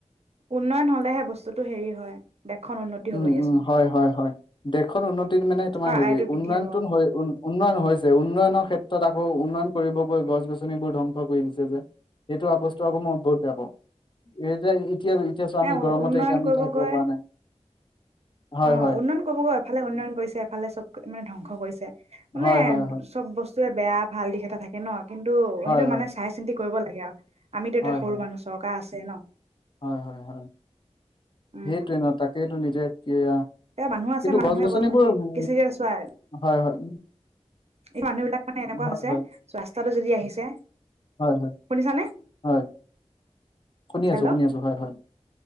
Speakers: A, on the right; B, on the left.
A: উন্নয়ন হলেহে বস্তুটো হেৰি হয়। দেশখন উন্নতি হ'ব
B: উম
A: দিয়াচোন
B: উম, হয় হয়- হয়, দেশত উন্নতিত মানে তোমাৰ
A: অ
B: হেৰি
A: আয়টো বৃদ্ধি
B: উন্নয়নটো
A: হ'ব
B: উ উন্নয়ন হৈছে উন্নয়নৰ ক্ষেত্ৰত আকৌ উন্নয়ন কৰিব গৈ গছ গছনিবোৰ ধ্বংস কৰি দিছে যে সেইটো আ বস্তু আকৌ মই বহুত বেয়া পাওঁ, এতিয়া এতিয়া-এতিয়া চোৱা
A: নাই
B: আমি গৰমতে এতিয়া আমি থাকিব
A: গৈ
B: পৰা নাই। হয়,
A: অঁ
B: হয়,
A: উন্নয়ন কৰিব গৈ এফালে উন্নয়ন কৰিছে, এফালে চব মানে ধ্বংস কৰিছে। মানে
B: হয়, হয়, হয়,
A: চব বস্তু <unintelligible> বেয়া ভাল দিশ এটা থাকে ন। কিন্তু,
B: হয়,
A: সেইটো
B: হয়,
A: মানে চাই চিন্তি কৰিব লাগে আৰু। আমিটো
B: হয়,
A: এতিয়া সৰু
B: হয়,
A: মানুহ, চৰকাৰ আছ <unintelligible>
B: হয় হয় হয়।
A: উম
B: সেইটোয়ে ন তাকেটো নিজে কিয়া।
A: এয়া মানুহ আছে
B: কিন্তু
A: মানুহে
B: গছ গছনিবোৰ
A: অকল
B: উ
A: কিছু চোৱা
B: হয় হয়
A: এই মানুহ বিলাক মানে এনেকুৱা
B: হয়
A: হৈছে,
B: হয়
A: চোৱা্থাটো যদি আহিছে,
B: হয় হয়
A: শুনিছানে?
B: হয় শুনি
A: হেল্ল'
B: আছো শুনি আছো হয় হয়